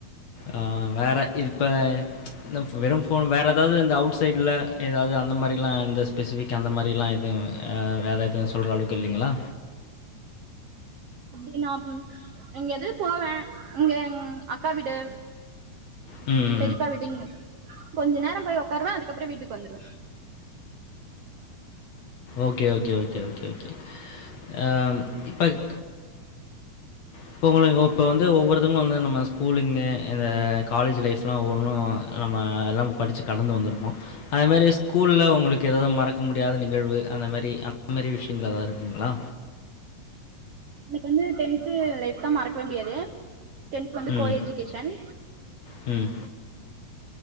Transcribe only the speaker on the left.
ஆ வேற இதுஇப்ப இந்த வெறு ஃபோன் வேற எதாவுது இந்த அவுட் சைட்ல எதாவது அந்த மாரிலா இந்த ஸ்பெசிஃபி க் அந்த மாரிலா எதுவு வேற எதுவு சொல்ற அளவுக்கு இல்லிங்ளா
ம்
okay okay okay okay okay அ இப்பக் இப்ப ஒங்களுக்கு ஒப்ப வந்து ஒவ்வொருத்தவுங்ளு வந்து நம்ம ஸ்கூலிங்கு இந்த காலேஜ் லைஃப்ல்லா ஒவ்வொன்னு நம்ம எல்லா படுச்சி கடந்து வந்துருப்போ அது மாரி ஸ்கூல்ல உங்களுக்கு எதாவ்து மறக்க முடியாத நிகழ்வு அந்த மாரி அந்த மாரி விஷ்யங்கள் எதா இருக்குங்ளா
ம்.
ம்